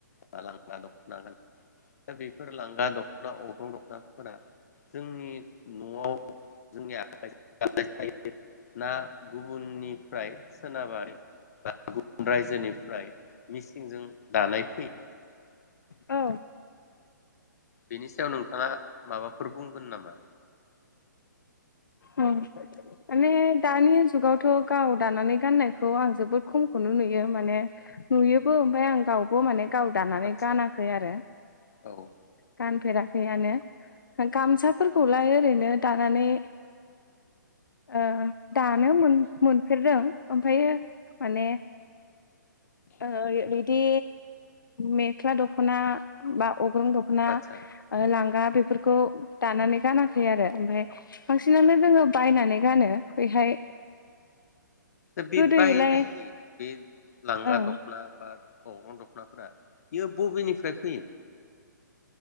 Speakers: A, on the left; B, on the left.
A: बा लांग्रा दख'ना गानो दा बेफोर लांगा द ख्ना अग्रं दखना फोरा जोंनि न'आव जोंनि <unintelligible> ना गुबुननिफ्राय सोनाबारि बा गुबुन रायजोनिफ्राय मिस जों दानाय फै
B: औ।
A: बेनि सायाव नोंथांङा माबाफोर बुंगोन नामा?
B: ओं माने दानि जुगावथ' गाव दानानै गाननायखौ आं जोबोद खमखौनो नुयो माने नुयोबो ओमफाय आं गावबो माने गाव दानानै
A: आदसा
B: गानाखै आरो
A: औ
B: गान फेराखैआनो गामसाफोरखौलाय ओरैनो दानानै ओ दानो मोनफेरदों ओमफायो माने ओ बिदि मेख्ला दख्ना बा अग्रं दख्ना
A: आदसा
B: ओ लांगा बेफोरखौ दानानै गानाखै आरो ओमफाय बांसिनानो जोंङो बायनानै गानो बेहाय
A: दा बे
B: गोदोयैलाय
A: बायनाय बे लांगा
B: ओं
A: दख्ना बा अग्रं द ख्नाफोरा बियो बबेनिफ्राय फैयो?